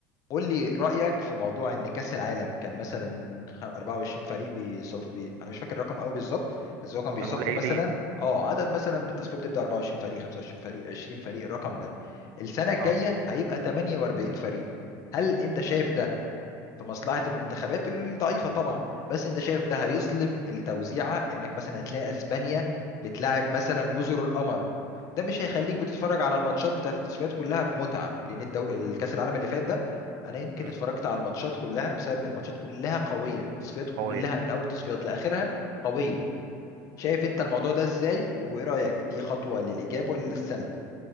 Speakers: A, on the left; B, on the right.
A: قول لي رأيك في موضوع ان كأس العالم كان مثلا خ- 24 فريق بيصفي انا مش فاكر الرقم قوي بالظبط بس هو كان بيصفوا
B: كانوا قليلين
A: مثلا
B: مم.
A: اه عدد مثلا من التصفية بتبدأ 24 فريق 25 فريق 20 فريق الرقم ده السنة الجاية
B: آه
A: هيبقى 48 فريق هل انت شايف ده في مصلحة المنتخبات الضعيفة طبعا بس انت شايف ده هيظلم التوزيعة انك مثلا هتلاقي اسبانيا بتلاعب مثلا جزر القمر ده مش هيخليك بتتفرج على الماتشات بتاعت التصفيات كلها بمتعة لان الدور الكاس العالم اللي فات ده انا يمكن
B: مم.
A: اتفرجت على الماتشات كلها بسبب ان الماتشات كلها قوية التصفيات كلها
B: قوية
A: من اول التصفيات لاخرها قوية شايف انت الموضوع ده ازاي وايه رأيك دي خطوة للايجاب ولا للسلب